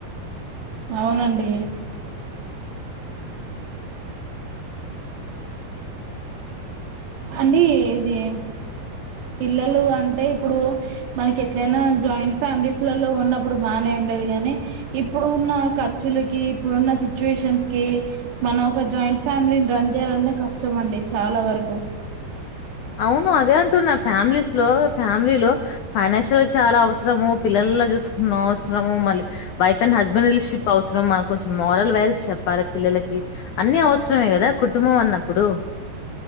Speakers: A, on the right; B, on the left.
A: అవునండి అండి ఇది పిల్లలు అంటే ఇప్పుడు మనకి ఎట్లయినా, జాయింట్ ఫ్యామిలీస్ లల్లో, ఉన్నప్పుడు బాగానే ఉండేది గానీ, ఇప్పుడు ఉన్న ఖర్చులకి, ఇప్పుడున్న సిచ్యుయేషన్స్ కి, మనం ఒక జాయింట్ ఫ్యామిలీని రన్ చేయాల అంటే కష్టం. అండి చాలా వరకు
B: అవును అదే అంటున్న. ఫ్యామిలీస్ లో ఫ్యామిలీలో ఫైనాన్షియల్ చాలా అవసరము. పిల్లల్లో చూసుకున్న అవసరము. మళ్ళీ వైఫ్ అండ్ హస్బెండ్ రిలేషన్షిప్ అవసరం. మనకు కొంచెం మోరల్ వాల్యూస్ చెప్పాలి పిల్లలకి. అన్ని అవసరమే కదా కుటుంబం. అన్నప్పుడు